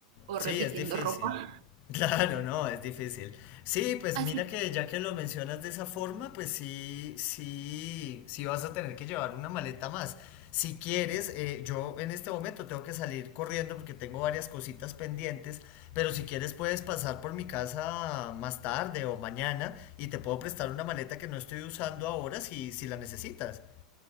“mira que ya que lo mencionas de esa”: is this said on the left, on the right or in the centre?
Left